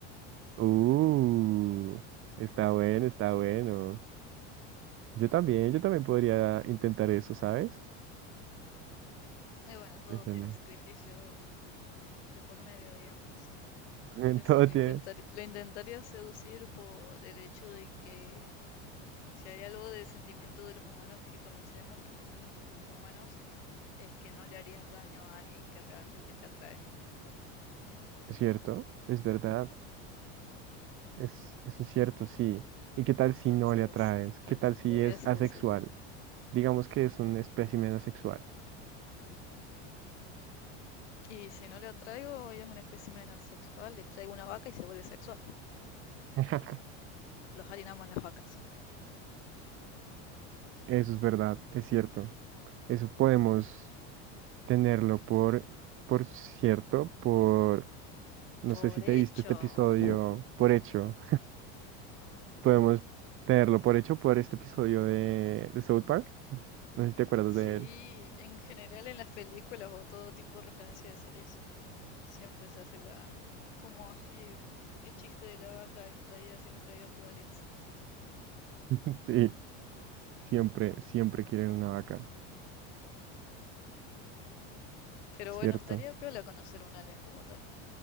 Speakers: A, on the right; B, on the left.
A: Uh, está bueno, está bueno. Yo también,
B: Y,
A: yo también podría intentar eso, ¿sabes?
B: y bueno, todo
A: Depende.
B: tiene un sacrificio de por medio, digamos.
A: <laughs>
B: Pero
A: En todo
B: sí, lo
A: tiene-
B: intentar- lo intentaría seducir por el hecho de que si hay algo del sentimiento de los humanos que conocemos, por lo menos en los humanos, es que no le harías daño a alguien que realmente te atrae.
A: Es cierto, es verdad. Es, eso es cierto, sí. ¿Y qué tal
B: Entonces,
A: si no le atraes? ¿Qué
B: lo intentaría
A: tal si es
B: seducir.
A: asexual? Digamos que es un espécimen asexual.
B: Y si no le atraigo, ella es una especie asexual, le traigo una vaca y se vuelve sexual.
A: <laughs>
B: Los aliens aman las vacas.
A: Eso es verdad, es cierto. Eso podemos. tenerlo por, por cierto, por, no
B: Por
A: sé si
B: hecho.
A: te viste este episodio por hecho, <laughs> podemos tenerlo por hecho por este episodio de, de South Park, no sé si te acuerdas
B: Sí,
A: de él.
B: en general en las películas o todo tipo de referencia de series Siempre se hace la... Como así, el chiste de la vaca extraída siendo extraída por aliens.
A: <laughs> Sí, siempre, siempre quieren una vaca,
B: Pero
A: cierto,
B: bueno, estaría piola conocer un alien como tal.